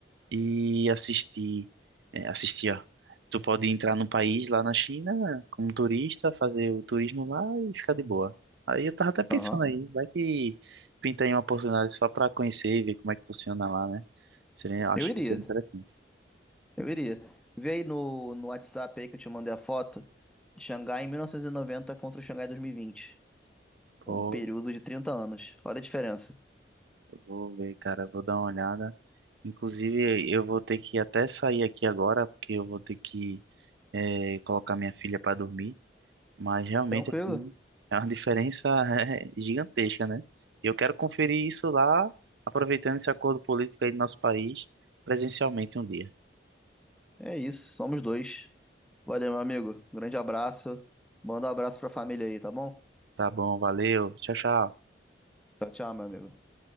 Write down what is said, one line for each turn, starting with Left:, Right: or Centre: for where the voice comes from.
Right: e assisti, é, assisti, ó. Tu pode entrar no país lá na China como turista, fazer o turismo lá e ficar de boa. Aí eu tava até pensando
Centre: Aham.
Right: aí, vai que pinta aí uma oportunidade só pra conhecer e ver como é que funciona lá, né? Seria, eu acho
Centre: Eu iria,
Right: que seria interessante.
Centre: eu iria. Vê aí no, no WhatsApp aí que eu te mandei a foto de Xangai em 1990 contra o Xangai 2020.
Right: Pô,
Centre: Um período de 30 anos. Olha a diferença.
Right: eu vou ver, cara, eu vou dar uma olhada. Inclusive, eu vou ter que até sair aqui agora, porque eu vou ter que eh, colocar minha filha para dormir. Mas realmente
Centre: Tranquilo?
Right: aqui é uma diferença <laughs> é, gigantesca, né? E eu quero conferir isso lá, aproveitando esse acordo político aí do nosso país, presencialmente um dia.
Centre: É isso, somos dois. Valeu, meu amigo. Grande abraço. Manda um abraço pra família aí, tá bom?
Right: Tá bom, valeu, tchau, tchau.
Centre: Tchau, tchau, meu amigo.